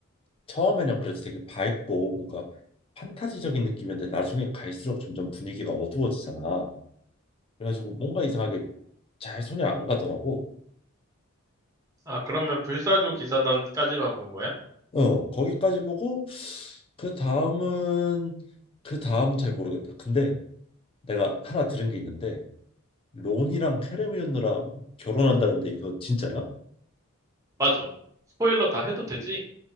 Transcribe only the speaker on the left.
처음에는 그래도 되게 밝고 뭔가 판타지적인 느낌이었는데 나중에 갈수록 점점 분위기가 어두워지잖아 그래가지고 뭔가 이상하게 잘 손이 안 가더라고
어 거기까지 보고 그 다음은 그 다음은 잘 모르겠다 근데 내가 하나 들은 게 있는데 론이랑 헤르미온느랑 결혼한다는데 이거 진짜야?